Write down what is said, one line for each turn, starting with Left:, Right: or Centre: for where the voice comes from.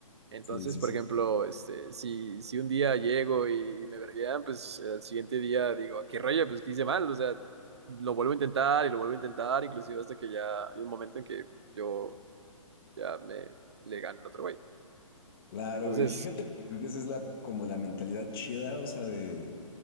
Right: Entonces,
Left: sí, sí,
Right: por
Left: sí.
Right: ejemplo, este, si, si un día llego y me verguean, pues al siguiente día digo, ¿a qué rollo? Pues que hice mal, o sea, lo vuelvo a intentar y lo vuelvo a intentar, inclusive hasta que ya hay un momento en que yo ya me le gane el otro güey.
Left: Claro,
Right: Entonces,
Left: güey. Y fíjate que creo que esa es la, como la mentalidad chida, o sea, de,